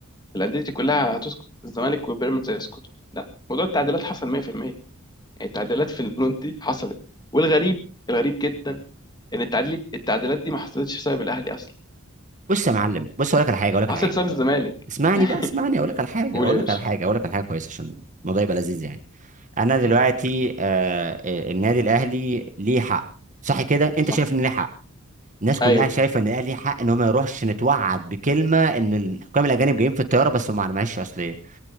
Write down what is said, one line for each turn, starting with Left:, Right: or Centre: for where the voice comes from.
Left: الانديه دي كلها هتسكت الزمالك وبيراميدز هيسكتوا لا موضوع التعديلات حصل 100% يعني التعديلات في البنود دي حصلت والغريب الغريب جدا ان التعديل التعديلات دي ما حصلتش بسبب الاهلي اصلا
Right: بص يا معلم بص اقول لك على حاجه اقول لك
Left: حصلت
Right: على حاجه
Left: بسبب الزمالك
Right: اسمعني
Left: <laughs>
Right: بقى اسمعني اقول لك على حاجه
Left: قول
Right: اقول
Left: يا باشا
Right: لك على حاجه اقول لك على حاجه كويسه عشان الموضوع يبقى لذيذ يعني انا دلوقتي
Left: مم.
Right: آه آه، النادي الاهلي ليه حق صح كده انت
Left: صح
Right: شايف ان ليه حق الناس كلها
Left: ايوه
Right: شايفه ان الاهلي ليه حق ان هو ما يروحش نتوعد بكلمه ان الحكام الاجانب جايين في الطياره بس هم معلش اصل إيه؟